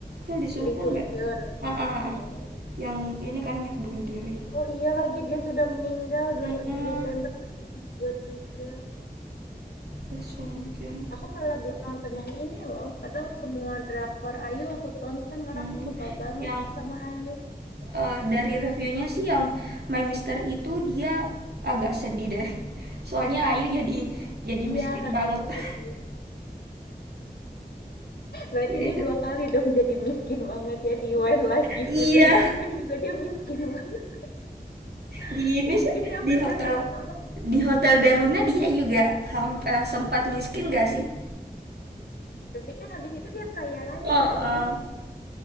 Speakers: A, on the right; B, on the left.
A: ya Lee Sung
B: Lee
A: Kyun
B: Sung
A: nggak?
B: Kyun
A: Ah, ah, ah, ah.
B: ini.
A: Yang ini kan yang bunuh diri.
B: Oh iya lagi dia sudah meninggal dua
A: Mm-mm.
B: puluh tujuh Desember 2023.
A: Lee Sung
B: Hmm.
A: Kyun.
B: Aku malah belum nonton yang ini loh. Padahal semua drakor Ayu aku tonton karena
A: Mmm,
B: aku suka banget
A: yang,
B: sama Ayu.
A: eee, dari reviewnya sih yang My Mister itu dia agak sedih deh. Soalnya Ayu jadi jadi
B: Iya,
A: miskin
B: katanya
A: banget. <laughs>
B: sedih. Berarti
A: Dia
B: dia
A: itu
B: dua kali dong jadi miskin banget ya di When Life Gives
A: iya,
B: You Tangerine kan juga dia miskin banget.
A: di
B: <laughs>
A: ini
B: Miskinnya
A: sih, di
B: sampai
A: hotel
B: udah nggak ketolong.
A: di Hotel del Luna dia juga ham eee, sempat miskin gak sih?
B: Tapi kan habis itu dia kaya raya
A: Heeh,
B: nggak sih?